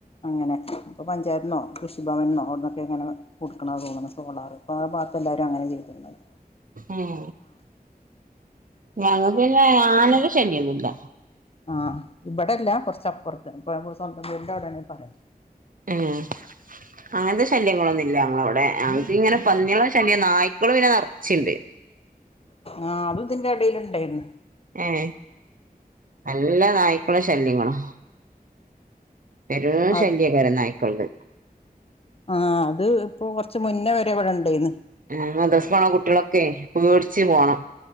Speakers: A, on the left; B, on the right.
A: അങ്ങനെ ഇപ്പൊ പഞ്ചായത്തിന്നോ കൃഷിഭവൻന്നോ അവിടെ അങ്ങനെ കൊടുക്കണ തോന്നണ് സോളാറ് ഇപ്പോ ആ ഭാഗത്ത് എല്ലാവരും അങ്ങനെ ചെയ്ത്ക്ക്ണത്
B: ഉം ഞങ്ങക്ക് പിന്നെ ആനടെ ശല്യം ഒന്നും ഇല്ല
A: ആഹ് ഇബടെല്ല കുറച്ച് അപ്പുറത്ത് ഇപ്പ സ്വന്തം വീടിന്റെ അവിടെയാണ് പറയുന്നേ
B: ഏഹ് അങ്ങനത്തെ ശല്യങ്ങളൊന്നും ഇല്ല ഞങ്ങളവിടെ ഞാങ്ങക്കിങ്ങനെ പന്ന്യാളെ ശല്യം നായ് ക്കള് പിന്നെ നെറച്ച്ണ്ട്
A: ആഹ് അതും ഇതിന്റെ എടേലുണ്ടേരുന്ന്
B: ഏഹ് നല്ല നായ്ക്കളും ശല്യങ്ങളും പെരും
A: അത്
B: ശല്യേക്കാരം നായിക്കള്ത്
A: ആഹ് അത് ഇപ്പൊ കൊറച്ച് മുന്നേ വരെ ഇവിടെ ഇണ്ടേന്ന്
B: ആ മദറസ് പോണ കുട്ട്യാളൊക്കെ പേടിച്ചു പോണം